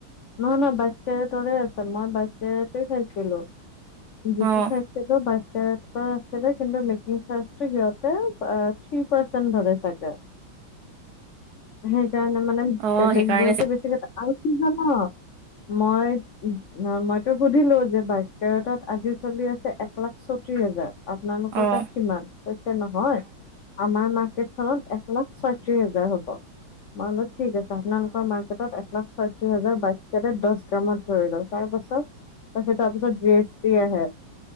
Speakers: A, on the left (about 80°); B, on the right (about 65°).
A: নহয় নহয় বাইশ কেৰেটৰে আছে মই বাইশ কেৰেট চাইছিলো। যিটো
B: অ'
A: চাইছে কেৰেটৰ আছিলে কিন্তু মেকিং চাৰ্ছ টো সিহঁতে আ থ্ৰী পাৰ্চেন্ট ধৰে চাগে সেইকাৰণে মানে
B: অ'
A: বেলেগ
B: সেইকাৰণে
A: বোতো বেছিকে আৰু কি জান মই মইতো সুধিলো যে বাইশকেৰেটত আজি চলি আছে এক লাখ চ- আপোনালোকৰ
B: অ'
A: তাত কিমান ক নহয়, আমাৰ ন ত এক লাখ ছয়ত্ৰিশ হাজাৰ হ'ব, মানে ঠিক আছে। আপোনালোকৰ মাৰ্কেটত এক লাখ ছয়ত্ৰিশ হাজাৰ বাইশ দহ গ্ৰামত ধৰি লওঁ, তাৰ পাছত পছে তাৰপিছত জেষ্ঠ্ দি আহে